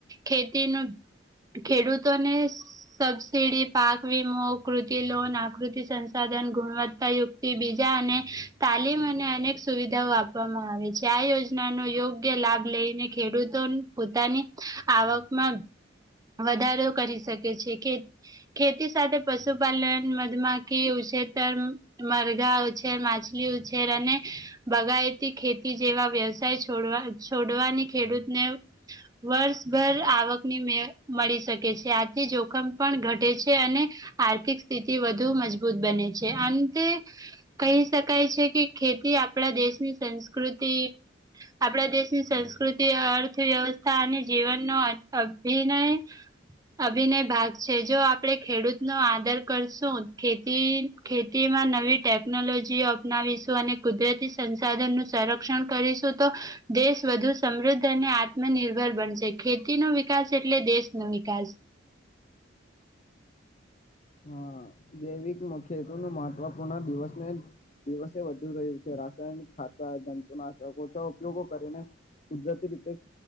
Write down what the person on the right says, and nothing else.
ખેતીનું ખેડૂતોને સબસિડી પાક વીમો કૃતિ લોન આકૃતિ સંસાધન ગુણવત્તાયુક્ત તે બીજા અને તાલીમ અને અનેક સુવિધાઓ આપવામાં આવે છે આ યોજના ના નો યોગ્ય લાભ લઈને ખેડૂતો પોતાની આવકમાં વધારો કરી શકે છે કે. ખેતી સાથે પશુપાલન મધમાખી ઉછેતર મરઘા ઉછેર માછલી ઉછેર અને બગાયતી ખેતી જેવા વ્યવસાય છોડવા છોડવાની ખેડૂતને વર્ષભર આવકની મે. મળી શકે છે આથી જોખમ પણ ઘટે છે અને આર્થિક સ્થિતિ વધ વધૂ મજબૂત બને છે આન તે કહી શકાય છે કે ખેતી આપણા દેશની સંસ્કૃતિ આપણા દેશની સંસ્કૃતિ અર્થવ્યવસ્થા અને જીવનનો અભ ને અભિનય ભાગ છે જો આપડે ખેડૂત નો આદર કરશું ખેતી ખેતીમાં નવી ટેકનોલોજીઓ અપનાવીશું અને કુદરતી સંસાધનનું સંરક્ષણ કરીશું તો દેશ વધુ સમૃદ્ધ અને આત્મનિર્ભર બનશે ખેતી નો વિકાસ એટલે દેશ નો વિકાસ.